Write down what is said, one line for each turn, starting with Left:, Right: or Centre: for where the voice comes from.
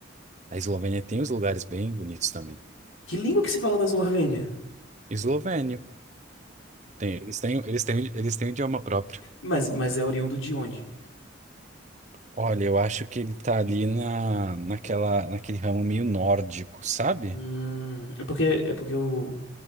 Right: A Eslovênia tem uns lugares bem bonitos também.
Left: Que língua que se fala na Eslovênia?
Right: Eslovênio, tem, eles têm, eles têm, eles têm idioma próprio.
Left: Mas, mas é oriundo de onde?
Right: Olha, eu acho que ele tá ali na, naquela, naquele ramo meio nórdico, sabe?
Left: Hum, é porque é porque eu